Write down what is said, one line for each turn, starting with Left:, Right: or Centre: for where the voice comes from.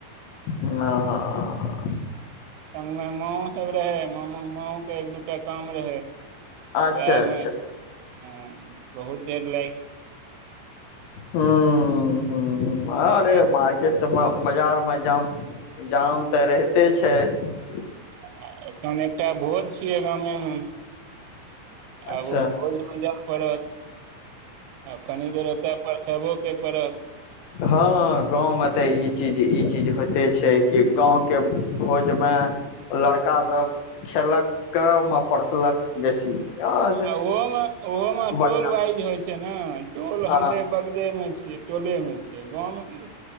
Left: हंअ्
Right: संगमे माओ सब रहैइ मांओ के एक दू टा काम रहैइ तऽ
Left: अच्छा
Right: उएहमे
Left: अच्छा
Right: हूंअ् बहुत देर लाइग
Left: हंअ् हंअ् आरे
Right: गेल।
Left: माइके त बाजार मे जाम जाम तऽ रहिते छैइ
Right: आ एखन एकटा भोज छिअई गामे में
Left: अच्छा
Right: आब ओ भोजमे जाय पड़त आ कनि देर ओतय परसबो के पड़त
Left: हँ गाँव मे तऽ ई चीज ई चज ज होइते छैइ कि गाँवके भोज में लड़का सभ खेलक कमे पढरसलक बेसी हँ
Right: आ ओहो में ओहो में
Left: बढ़िआँ
Right: टोल वाइज होइ छैइ न टोल
Left: हँ
Right: हमरे बगले मे छियै टोले मे छियै गाँव में